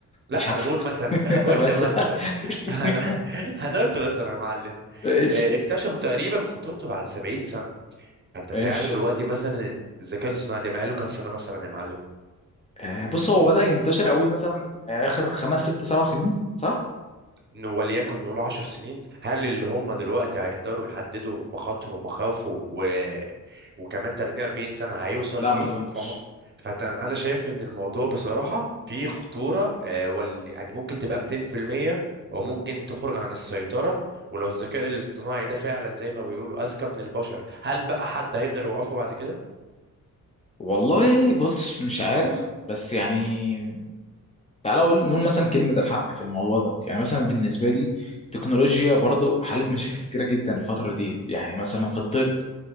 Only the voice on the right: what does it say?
لا
انا بقول مثلا <laughs> قلت
مثلا
انا <laughs> انا قلت مثلا يا معلم
آه، اكتشفوا تقريبا خطورته بعد 70 سنه فانت
تعالى دلوقتي مثلا الذكاء الاصطناعي ده ما قاله كام سنه مثلا يا معلم
إنه وليكن نقول 10 سنين هل اللي هم دلوقتي هيقدروا يحددوا مخاطره ومخاوفه و... وكمان 30 40 سنة هيوصل
لإيه
فما فأنا شايف إن الموضوع بصراحة فيه خطورة آه، وال... يعني ممكن تبقى 200% وممكن تخرج عن السيطرة ولو الذكاء الاصطناعي ده فعلا زي ما بيقولوا أذكى من البشر هل بقى حد هيقدر يوقفه بعد كده؟